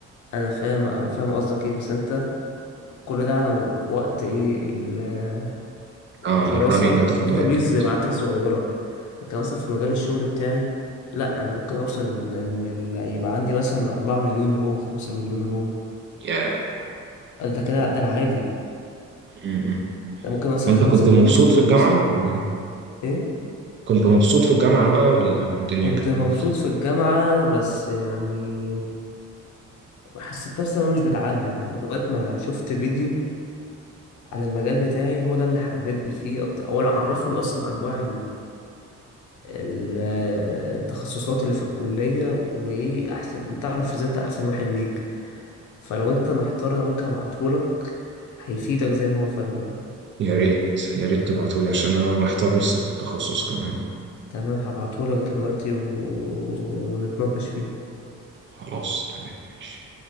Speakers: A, on the left; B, on the right.
A: انا فاهم انا فاهم قصدك ايه بس انت كل ده على وقت ايه ال-
B: اه
A: الدراسة
B: الرننج هتاخد
A: الداتابيز
B: وقت كتير
A: معادتك صغيرة لكن مثلا في مجال الشغل بتاعي لا انا ممكن اوصل ان إن ال- يبقى عندي مثلا 4 مليون رو 5 مليون رو
B: ياه
A: قال ده كده ده العادي
B: yeah.
A: ده ممكن مثلا
B: وانت
A: 5
B: كنت
A: مليون
B: مبسوط
A: دول رو
B: في الجامعه
A: مثلا
B: ولا
A: ايه
B: كنت مبسوط في الجامعة بقى ولا الدنيا
A: كنت
B: كانت
A: مبسوط
B: عاملة إزاي؟
A: في الجامعة بس يعني حسيت نفسي انا مش بتعلم لغاية ما شفت فيديو عن المجال بتاعي هو ده اللي حببني فيه اكتر اول عرفني اصلا انواع التخصصات اللي في الكلية وايه احسن انت تعرف ازاي انت احسن واحد ليك فلو انت محتار انا ممكن ابعتهولك هيفيدك زي ما هو فادني
B: يا ريت يا ريت تبعتولي عشان أنا محتار لسه في التخصص كمان
A: تمام هبعتهولك دلوقتي و... ونتناقش فيه
B: خلاص تمام ماشي